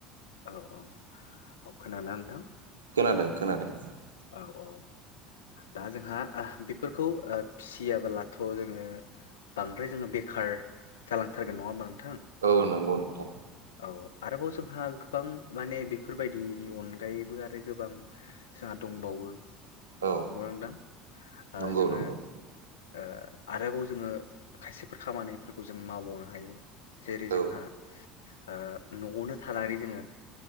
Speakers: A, on the left (about 70°); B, on the right (about 75°).
A: औ औ औ खोनादोना नोंथां।
B: खोनादों खोनादों
A: औ औ दा जोंहा बेफोरखौ ओ फिसियाब्लाथ' जोङो बांद्राय जोङो बेखार जालांथारगोन नङा होमबा नों-
B: औ नंगौ नंगौ औ
A: औ आरोबाव जोंहा गोबां माने बेफोरबायदिनि अनगायैबो आरो गोबां जोंहा दंबावो। नंगौ
B: औ
A: ना नोंथां? ओ
B: नंगौ
A: जोङो
B: नंगौ
A: ओ आरोबाव जोङो खायसेफोर खामानिफोरखौ जों मावबावनो हायो। जेरै
B: औ
A: जोंहा ओ न'आवनो थानानै जोङो